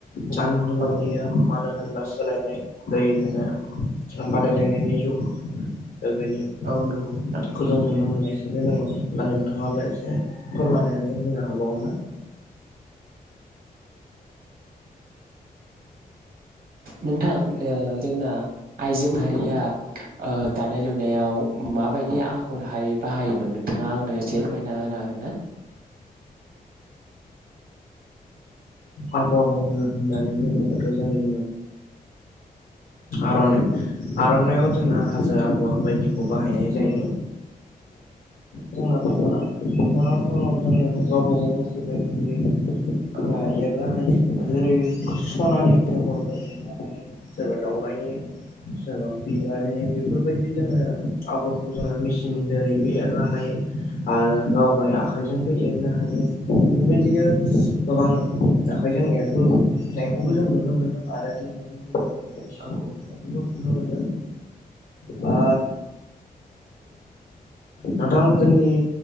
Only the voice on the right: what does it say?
औ
औ नंगौ नोंथां
नोंथां जोंना आइजो माहारिया दानाय लुनायाव माबायदि आगरहाय बाहायोमोन नोंथाङा आंनो एसे फोरमायना होनो हागोन ना?
औ
औ
औ